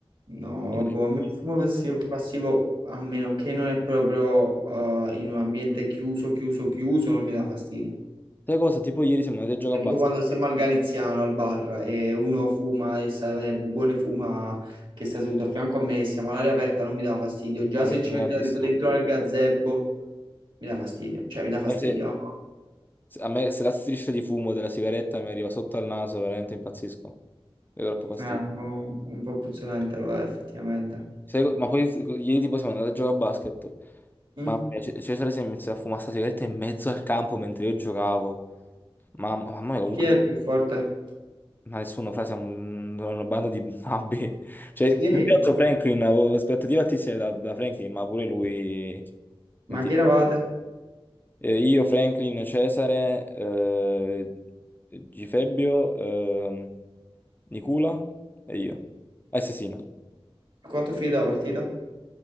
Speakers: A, on the right (about 60°); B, on the left (about 20°).
A: No,
B: Mi dà
A: boh, a me il
B: fastidio.
A: fumo passivo, passivo, a meno che non è proprio eh, in un ambiente chiuso, chiuso, chiuso, non mi dà fastidio.
B: Sai cosa? Tipo ieri siamo andati a giocare
A: Tipo
B: a basket.
A: quando siamo al Galiziano, al bar, e uno fuma e, sa- e Bubone fuma che sta seduto a fianco a me, siamo all'aria aperta, non mi dà fastidio. Già
B: Oh,
A: se
B: mi piace
A: ci metteva
B: tantissimo.
A: tipo dentro al gazebo, mi dà fastidio. Cioè, mi dà fastidio.
B: A me se, se- a me se la striscia di fumo della sigaretta mi arriva sotto al naso, veramente impazzisco. Mi dà troppo fastidio.
A: È un po', un po' puzzolente, lo è, effettivamente.
B: Sai co- ma poi ieri tipo siamo andati a giocare a basket.
A: Mm.
B: Mamma mia, Ce- Cesare si è iniziato a fumare sta sigaretta in mezzo al campo mentre io giocavo. Mamma, mamma mia, comunque
A: E Chi è il più forte?
B: Ma nessuno fa, siamo un- una banda di babbe. Cioè,
A: Sì,
B: più che altro Franklin, avevo aspettative altissime da, da Franklin, ma pure lui... senti.
A: ma chi eravate?
B: Eh, io, Franklin, Cesare, eh, Gifebbio, ehm, Nicola e io. Assassino.
A: Quanto è finita la partita?